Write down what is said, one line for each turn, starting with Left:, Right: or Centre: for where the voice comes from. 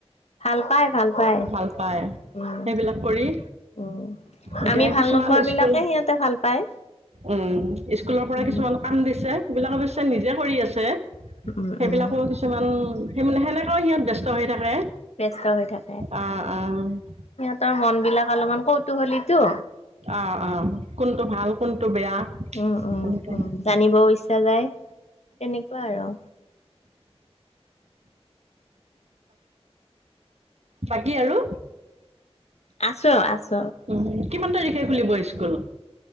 Left: ভাল পাই ভাল পাই
Right: ভাল পাই সেইবিলাক
Left: উম
Right: কৰি।
Left: উম,
Right: এতিয়া
Left: আমি ভাল
Right: কিছুমান
Left: নোপোৱা বিলাকে
Right: স্কুল
Left: সিহঁতে ভাল পায়।
Right: উম, স্কুলৰ পৰা
Left: উম
Right: কিছুমান কাম দিছে সেইবিলাক অৱশ্যে নিজে কৰি আছে
Left: উম
Right: সেইবিলাকো
Left: উম
Right: কিছ কিছুমান সিমান সেনেকৈ সিহঁত ব্যস্ত হৈ থাকে
Left: ব্যস্ত হৈ থাকে
Right: আ, আ,
Left: সিহঁতৰ মন বিলাক অলপমান কৌতুহলীতো
Right: অ', অ', কোনটো ভাল কোনটো বেয়া
Left: উম, উম,
Right: এনেকে।
Left: উম, জানিবও ইচ্ছা যায় তেনেকুৱা আৰু
Right: বাকী আৰু
Left: আছোঁ, আছোঁ
Right: উম, কিমান তাৰিখে খুলিব স্কুল?